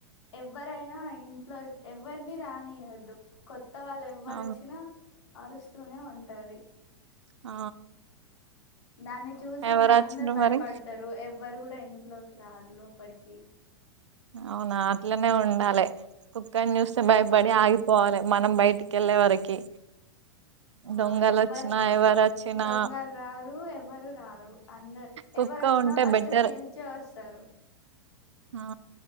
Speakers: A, on the left; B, on the right.
A: ఎవరైనా ఇంట్లో ఎవరిని రానియ్యదు కొత్త కోత్త వాళ్ళు ఎవరు
B: ఆ
A: వచ్చినా అరుస్తూనే ఉంటది
B: ఆ
A: దాన్ని చూసి
B: ఎవరు
A: ఇంగా
B: వచ్చిండ్రు
A: అందరు భయపడతరు
B: మరి
A: ఎవ్వ ఎవరు గూడ ఇంట్లోకి రారు లోపటి కి
B: అవునా అట్లనే ఉండాలి కుక్కని చూస్తే భయపడి
A: ఆ
B: ఆగిపోవాలె మనం బయటికి వెళ్ళే వరకి దొంగలు
A: ఆ ఎవ్వరు
B: వచ్చినా
A: రారు
B: ఎవరు వచ్చినా
A: దొంగలు రారు ఎవ్వరు రారు అందరు
B: కుక్క
A: ఎవరు వచ్చినా
B: ఉంటే
A: ఫస్ట్
B: బెటర్
A: పిలిచే వస్తరు
B: ఆ